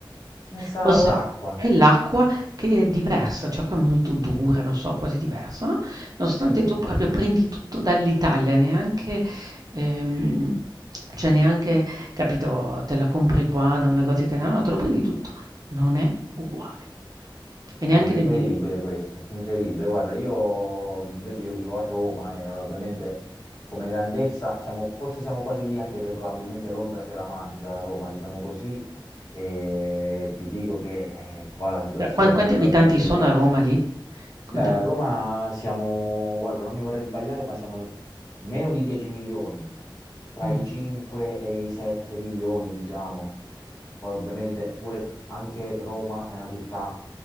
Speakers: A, on the left; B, on the right.
A: E sarà
B: Forse
A: l'acqua.
B: è l'acqua che è diversa, cioè qua è molto dura, non so, quasi diversa, no, nonostante
A: Mm.
B: tu proprio prendi tutto dall'Italia, neanche ehm, cioè neanche, capito, te la compri qua da un negozio italiano, no, te lo prendi tutto, non è uguale. E neanche
A: È incredibile
B: nel mil
A: questo, incredibile. Guarda, io invece io vivo a Roma e ovviamente come grandezza siamo, forse siamo quasi lì, anche se probabilmente Londra se la mangia, Roma, diciamo così, e ti dico che eh, qua la situazione
B: cioè quan quanti
A: è totalmente
B: abitanti sono
A: diversa.
B: a Roma lì? Quanti
A: Beh, a Roma siamo, guarda, non mi vorrei sbagliare, ma siamo meno di 10 milioni, tra
B: mh,
A: i 5 e i 7 milioni, diciamo. Poi ovviamente pure anche Roma è una città